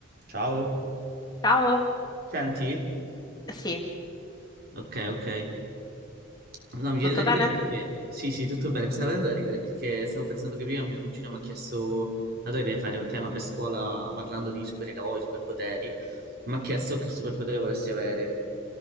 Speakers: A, on the right; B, on the left.
A: Ciao,
B: Ciao,
A: senti?
B: sì,
A: Ok, ok. No, mi viene
B: tutto
A: da ridere
B: bene?
A: perché... Sì, sì, tutto bene. Mi stava venendo da ridere perché stavo pensando che prima mio cugino mi ha chiesto, dato che deve fare un tema per scuola parlando di supereroi, superpoteri, mi ha chiesto che superpotere volessi avere.